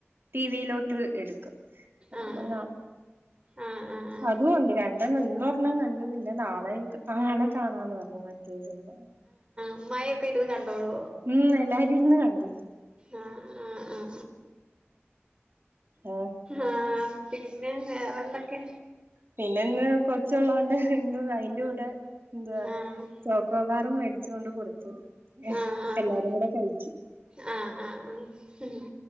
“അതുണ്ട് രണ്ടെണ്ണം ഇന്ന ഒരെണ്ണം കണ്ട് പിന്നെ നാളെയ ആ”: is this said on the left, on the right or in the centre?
Right